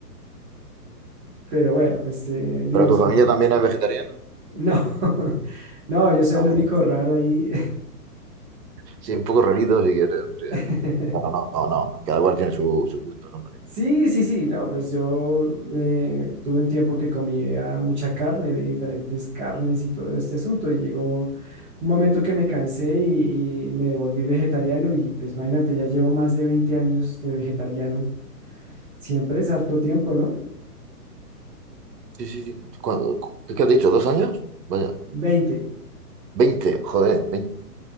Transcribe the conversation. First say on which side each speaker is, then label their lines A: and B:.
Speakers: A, on the right; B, on the right.
A: Pero bueno, pues eh, digamos
B: ¿Pero tu
A: que
B: familia también es vegetariana?
A: no, <laughs> no, yo soy
B: Ah,
A: el único raro ahí.
B: sí, un poco rarito si quieres, hombre.
A: <laughs>
B: Bueno, no, no, no. Cada cual tiene su, su gusto, hombre.
A: Sí, sí, sí, no, pues yo eh, tuve un tiempo que comía mucha carne, de diferentes carnes y todo este asunto, y llegó un momento que me cansé y, y me volví vegetariano, y pues imagínate, ya llevo más de 20 años de vegetariano, siempre es harto tiempo, ¿no?
B: Sí, sí, sí. ¿Cuándo- cu- ¿Qué, has dicho? ¿Dos años? Vaya.
A: Veinte.
B: Veinte, joder, veinte.